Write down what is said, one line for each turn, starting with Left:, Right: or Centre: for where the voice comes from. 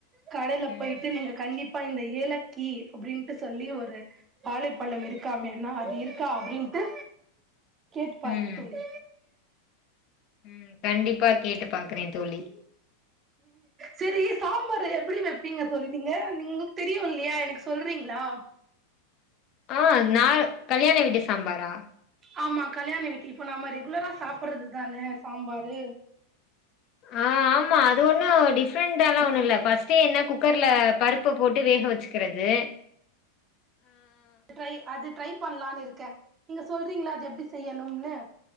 Right: கடைல
Left: ம்
Right: போயிட்டு நீங்க கண்டிப் ப்ப இந்த ஏலக்கி அப்புடின்ட்டு சொல்லி ஒரு வாழைப்பழம் இருக்காமேன்னா அது இருக்கா அப்புடின் ட்டு கேட்டு பாருங்க
Left: ம்
Right: தோழி
Left: ம் கண்டிப்பா கேட்டு பாக்குறே தோழி
Right: சரி சாம்பாரு எப்புடி வெப்பீங்க தோழி நீங்க நீங்க உங்களுக்கு தெரியு இல்லையா எனக்கு சொல்றீங்களா <inaudible>
Left: ஆ நா கல்யாண வீட்டு சாம்பாரா
Right: ஆமா கல்யாண வீட்டுகி இப்ப நாம ரெகுலரா சாப்புட்றதுதானே சாம்பாரு
Left: ஆ
Right: <inaudible>
Left: ஆமா அது ஒன்னு டிஃப்ரெண்ட்டா லா ஒண்ணு இல்ல ஃபர்ஸ்ட்டே என்ன குக்கர்ல பருப்ப போட்டு வேக வச்சுக்குறது
Right: <inaudible> ட்ரை அது ட்ரை பண்லான்னு இருக்கே நீங்க சொல்றீங்களா அது எப்டி செய்யணும்னு